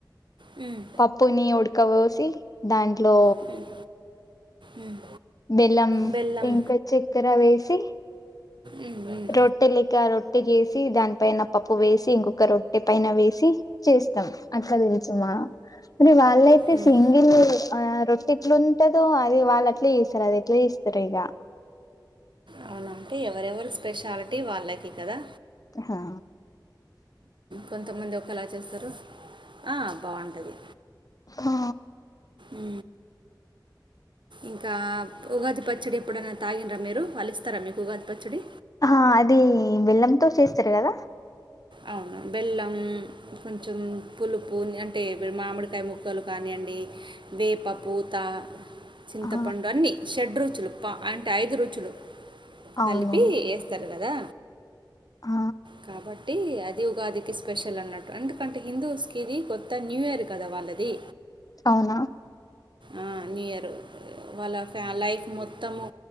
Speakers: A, on the right; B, on the left.
A: ఉమ్,
B: పప్పుని ఉడకపోసి దాంట్లో
A: ఉమ్, ఉమ్.
B: బెల్లం
A: బెల్లం
B: ఇంక చేక్కర వేసి
A: ఉమ్, ఉమ్. ఉమ్.
B: రొట్టెలికా రొట్టె చేసి దానిపైన పప్పు వేసి ఇంకొక రొట్టె పైన వేస్ సి చేస్తాం అక్క తెలుసుమా మల్ వాళ్ళయితే
A: ఉమ్.
B: సింగిల్ ఆ రొట్టిట్లో ట్టదు అది వాళ్ళు అట్లా చేస్తారు అది ఎట్లా చేస్తారు ఇక
A: అవునా అంటే ఎవరెవరు స్పెషాలిటీ వాళ్ళకి కదా
B: హా
A: కొంతమంది ఒకేలా చేస్తారు ఆ బాగుంటది
B: ఆ
A: ఉ ఇంకా ఉగాది పచ్చడి ఎప్పుడైనా తగిన్రా మీరు వాళ్లు ఇస్తారా మీకు ఉగాది పచ్చడి
B: ఆహా అది బేల్లంతో చేస్తారు కదా
A: అవును బెల్లం కొంచెం పులుపు అంటే వీరు మామిడికాయ ముక్కలు కానీయ అండి వేపు ప పూత చింతపండు
B: ఆ
A: అన్నీ షెడ్ రుచులు ప అంటే ఐదు రుచులు
B: అవును
A: కలిపి ఏస్తారు కదా
B: ఆ
A: కాబ ట్టి అది ఉగాదికి స్పెషల్ అన్నట్టు ఎందుకంటే హిందూస్ కిది కొత్త న్యూయర్ కదా వాళ్ళది
B: అవునా
A: ఆ న్యూయారు వాళ్ళ ఫ్యా లైఫ్ మొత్తము